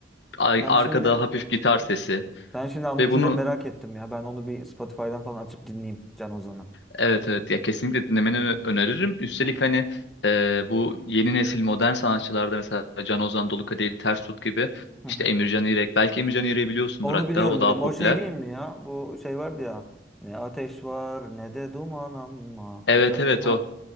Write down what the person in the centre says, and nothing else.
Ben
şimdi
ben şimdi anlatınca
merak ettim ya. Ben onu bir Spotify'dan falan açıp dinleyeyim Can Ozan'ı.
Hı hı.
Hı
hı.
Onu
biliyorum
biliyorum.
O şey değil mi ya? Bu şey vardı ya. Ne ateş var ne de duman ama.
O şarkı.
Ha.